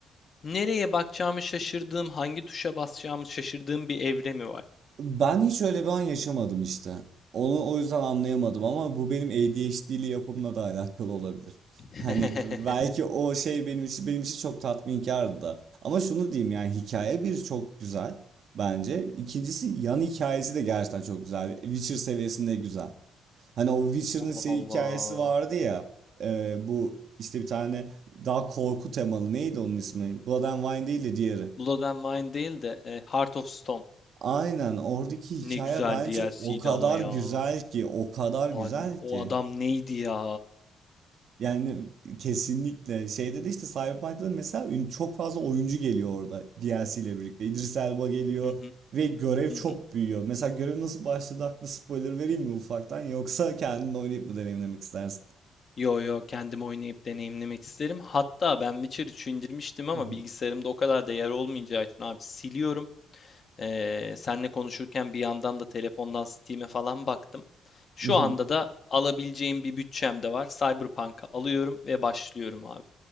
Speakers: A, on the left; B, on the right.
A: nereye bakacağımı şaşırdığım, hangi tuşa basacağımı şaşırdığım bir evre mi var?
B: Ben hiç öyle bir an yaşamadım işte. Onu o yüzden anlayamadım ama bu benim ADHD'li yapımla da alakalı olabilir. <laughs>
A: <laughs>
B: Hani belki o şey benim için benim için çok tatminkardı da. Ama şunu diyeyim yani hikaye bir çok güzel bence. İkincisi yan hikayesi de gerçekten çok güzel. Witcher seviyesinde güzel. Hani o Witcher'ın
A: Allah
B: şey
A: Allah.
B: hikayesi vardı ya. e, bu işte bir tane daha korku temalı neydi onun ismi? Blood and Wine değil de diğeri.
A: Blood and Wine değil de e, Heart of Stone.
B: Aynen oradaki hikaye
A: Ne güzel
B: bence
A: DLC'ydi
B: o kadar
A: ama ya.
B: güzel ki, o kadar güzel
A: An-
B: ki.
A: o adam neydi ya?
B: Yani kesinlikle şeyde de işte Cyberpunk'ta da mesela ün- çok fazla oyuncu geliyor orada DLC ile birlikte. İdris Elba geliyor
A: Hı hı,
B: ve görev
A: hı
B: çok
A: hı.
B: büyüyor. Mesela görev nasıl başladı hakkında spoiler vereyim mi ufaktan yoksa kendin oynayıp mı deneyimlemek istersin?
A: Yo yo kendim oynayıp deneyimlemek isterim. Hatta ben Witcher 3'ü indirmiştim ama
B: Hı
A: bilgisayarımda o kadar da yer olmayacağı için abi siliyorum. Ee, senle konuşurken bir yandan da telefondan Steam'e falan baktım. Şu
B: hı.
A: anda da alabileceğim bir bütçem de var. Cyberpunk'a alıyorum ve başlıyorum abi.